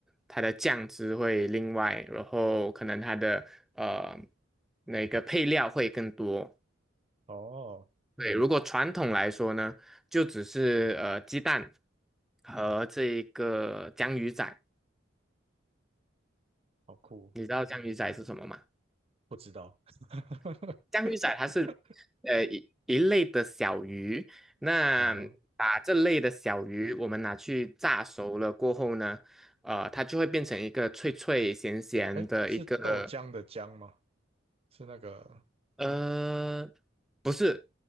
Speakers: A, in the centre; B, on the right (about 30°).
A: 它的酱汁会另外，然后可能它的呃那个配料会更多，
B: 哼，哦，
A: 对，如果传统来说呢，就只是呃鸡蛋和这一个江鱼仔，
B: 好酷。
A: 你知道江鱼仔是什么吗？
B: 不知道。<laughs>
A: 江鱼仔它是呃一一类的小鱼，那把这类的小鱼我们拿去炸熟了过后呢，
B: 呃，
A: 呃，它就会变成一个脆脆咸咸的一个
B: 哎，是豆浆的浆吗？是那个
A: 呃，不是